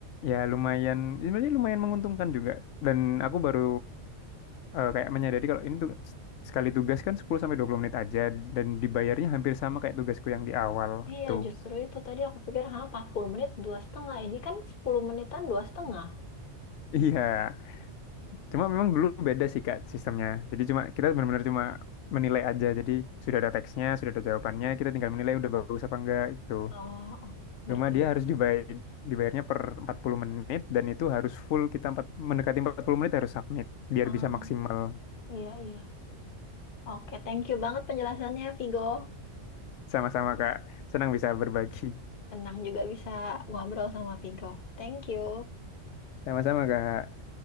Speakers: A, on the left; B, on the left.
A: ya lumayan sebenarnya lumayan menguntungkan juga dan aku baru eh, kayak menyadari kalau ini tuh sekali tugas kan 10 sampai 20 menit aja dan dibayarnya hampir sama kayak tugasku yang di awal
B: Iya,
A: tuh.
B: justru
A: <laughs>
B: itu tadi aku pikir, ha, 40 menit, dua setengah. Ini kan 10 menitan, dua setengah.
A: Iya, cuma memang dulu beda sih Kak sistemnya. Jadi cuma kita benar-benar cuma menilai aja. Jadi sudah ada teksnya, sudah ada jawabannya, kita tinggal menilai udah bagus apa enggak itu.
B: Oh, oh, ngerti,
A: Cuma dia
B: ngerti.
A: harus dibayar dibayarnya per 40 menit dan itu harus full kita empat, mendekati 40 menit harus submit biar
B: Oh,
A: bisa maksimal.
B: iya, iya. Oke, thank you banget penjelasannya, Vigo.
A: Sama-sama Kak, senang bisa berbagi.
B: Tenang juga bisa ngobrol sama Vigo. Thank you.
A: Sama-sama Kak.